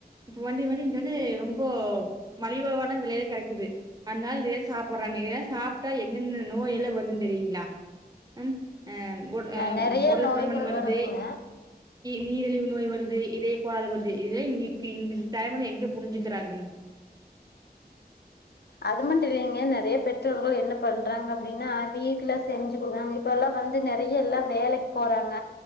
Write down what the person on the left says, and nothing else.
அ நெறைய
நோய்கள்
வருதுங்க
அது மட்டு இல்லைங்க நெறைய பெற்றோர்கள் என்ன பண்றாங்க அப்டின்னா வீட்ல செஞ்சு குடுக்றாங்க இப்பல்லா வந்து நெறைய எல்லா வேலைக் போறாங்க